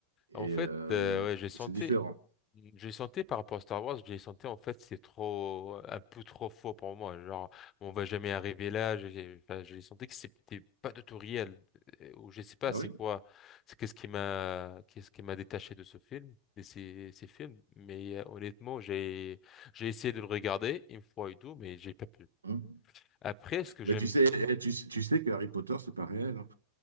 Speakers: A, on the right (about 75°); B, on the left (about 30°).
A: Et
B: En fait,
A: euh,
B: euh, ouais, j'ai senti,
A: c'est différent.
B: j'ai senti par rapport à Star Wars, j'ai senti en fait c'est trop, un peu trop faux pour moi. Genre, on va jamais arriver là. J'ai enfin, j'ai senti que c'était pas du tout réel. Euh, Ou je sais pas,
A: Ah
B: c'est
A: oui?
B: quoi, c'est qu'est-ce qui m'a, qu'est-ce qui m'a détaché de ce film, de ces, ces films. Mais euh, honnêtement, j'ai, j'ai essayé de le regarder une fois et tout, mais j'ai pas pu.
A: Hmm.
B: Après, ce que j'aime
A: Mais tu sais, eh, tu, tu sais que Harry Potter, c'est pas réel. hein.